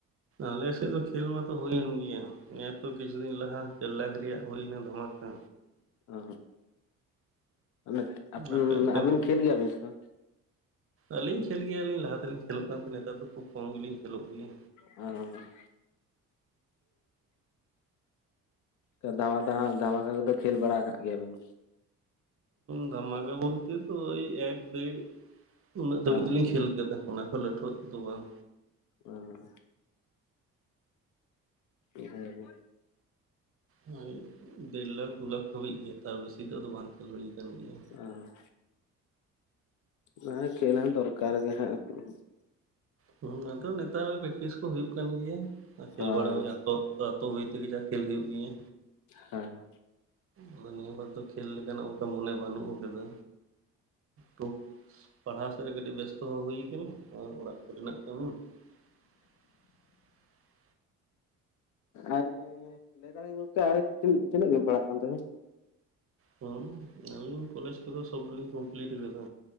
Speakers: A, on the right; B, on the left.
A: ᱟᱞᱮᱥᱮᱫ ᱫᱚ ᱠᱷᱮᱞ ᱢᱟᱛᱚ ᱦᱩᱭᱮᱱ ᱜᱤᱭᱟ, ᱱᱮᱜ ᱮ ᱛᱚ ᱠᱤᱪᱷᱩ ᱫᱤᱱ ᱞᱟᱦᱟ ᱪᱟᱨ ᱞᱟᱠᱷ ᱨᱮᱭᱟᱜ ᱦᱩᱭᱱᱟ ᱫᱷᱟᱢᱟᱠᱟ᱾
B: ᱚ <unintelligible>
A: ᱟᱯᱮ ᱚᱱᱛᱮᱱ
B: ᱟᱹᱵᱤᱱ
A: ᱠᱚ
B: ᱠᱷᱮᱞ ᱜᱮᱭᱟ ᱵᱤᱱ ᱥᱮ ᱵᱟᱝ?
A: ᱟᱹᱞᱤᱧ ᱠᱷᱮᱞ ᱜᱮᱭᱟ ᱞᱤᱧ, ᱞᱟᱦᱟ ᱛᱮᱞᱤᱧ ᱠᱷᱞᱚᱜ ᱠᱟᱱ ᱛᱟᱦᱮᱸᱫ, ᱱᱮᱛᱟᱨ ᱫᱚ ᱠᱷᱩᱵ ᱠᱚᱢ ᱜᱤᱞᱤᱧ ᱠᱷᱮᱞ ᱜᱮᱭᱟ᱾
B: ᱚᱸ <unintelligible> ᱫᱷᱟᱢᱟᱠᱟ ᱠᱚ ᱫᱚ ᱠᱷᱮᱞ ᱵᱟᱲᱟ ᱟᱠᱟᱫ ᱜᱮᱭᱟ ᱵᱤᱱ?
A: ᱫᱷᱟᱢᱟᱠᱟ ᱵᱚᱞᱛᱮ ᱫᱚ ᱚᱭ ᱮᱠ ᱫᱮᱲ ᱩᱱᱟᱹᱜ ᱫᱷᱟᱹᱵᱤᱡ
B: ᱚ
A: ᱫᱩᱞᱤᱧ ᱠᱷᱮᱞ ᱠᱟᱫᱟ, ᱚᱱᱟ ᱠᱷᱚᱱ ᱞᱟᱹᱴᱩᱣᱟᱜ ᱠᱚᱫᱚ ᱵᱟᱝ᱾
B: ᱚᱸ ᱦᱮᱸ
A: ᱦᱳᱭ ᱫᱮᱲ ᱞᱟᱠᱷ ᱫᱩ ᱞᱟᱠᱷ ᱦᱟᱹᱵᱤᱡ ᱜᱮ, ᱛᱟᱨ ᱵᱮᱥᱤ ᱫᱚ ᱟᱫᱚ ᱵᱟᱝ ᱠᱷᱮᱞ ᱦᱩᱭ ᱟᱠᱟᱱ ᱜᱤᱭᱟ᱾
B: ᱚᱸ ᱚᱱᱟᱜ ᱠᱷᱮᱞ ᱦᱚᱸ ᱫᱚᱨᱠᱟᱨ ᱜᱮ ᱦᱟᱸᱜ <unintelligible>
A: ᱦᱩᱸ ᱟᱫᱚ ᱱᱮᱛᱟᱨ ᱯᱮᱠᱴᱤᱥ ᱠᱚ ᱦᱩᱭᱩᱜ ᱠᱟᱱ ᱜᱤᱭᱟ ᱟᱨ ᱠᱷᱮᱞ
B: ᱦᱚᱸ
A: ᱵᱟᱲᱟ ᱚᱭ ᱟᱛᱚ ᱛᱚ ᱟᱛᱳ ᱦᱩᱭ ᱛᱮᱜᱮ ᱡᱟ ᱠᱷᱮᱞ ᱦᱩᱭᱩᱜ ᱜᱤᱭᱟ᱾
B: ᱦᱮᱸ
A: ᱟᱫᱚ ᱱᱤᱭᱟᱹ ᱵᱟᱨ ᱫᱚ ᱠᱷᱮᱞ ᱞᱮᱠᱟ ᱱᱟᱜ ᱚᱱᱠᱟ ᱢᱚᱱᱮ ᱵᱟᱹᱱᱩᱜ ᱟᱠᱟᱫᱼᱟ᱾ ᱛᱚ ᱯᱟᱲᱦᱟᱣ ᱥᱮᱫ ᱨᱮ ᱠᱟᱹᱴᱤᱡ ᱵᱮᱥᱛᱚ ᱦᱩᱭᱩ ᱟᱠᱟᱱᱟ᱾ ᱚᱲᱟᱜ ᱠᱚᱨᱮᱱᱟᱜ ᱠᱟᱹᱢᱤ <inaudible>
B: ᱟᱨ ᱞᱟᱹᱭ ᱫᱟ ᱞᱤᱧ ᱜᱚᱢᱠᱮ, ᱟᱵᱤᱱ ᱫᱚ ᱛᱤᱱ ᱛᱤᱱᱟᱜ ᱨᱮ ᱵᱤᱱ ᱯᱟᱲᱦᱟᱜ ᱠᱟᱱ ᱛᱮᱵᱤᱱ?
A: ᱦᱩᱢ ᱟᱹᱞᱤᱧ ᱠᱚᱞᱮᱡᱽ ᱠᱚᱫᱚ ᱥᱚᱵᱽᱤᱞᱤᱧ ᱠᱚᱢᱯᱤᱞᱤᱴ ᱠᱟᱫᱟ᱾